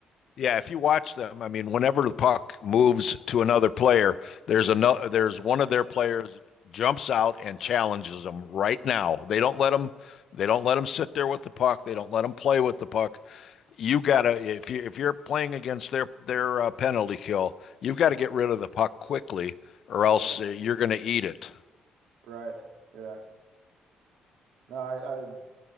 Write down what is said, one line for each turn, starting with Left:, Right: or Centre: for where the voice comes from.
Left: yeah. If you watch them, I mean, whenever the puck moves to another player, there's another there's one of their players jumps out and challenges them right now. They don't let
Right: Right.
Left: them they don't let them sit there with the puck. They don't let them play with the puck. You gotta if you if you're playing against their their uh, penalty kill, you've got to get rid of the puck quickly, or else
Right: Yeah.
Left: uh, you're going to eat it.
Right: Right. Yeah. No, I, I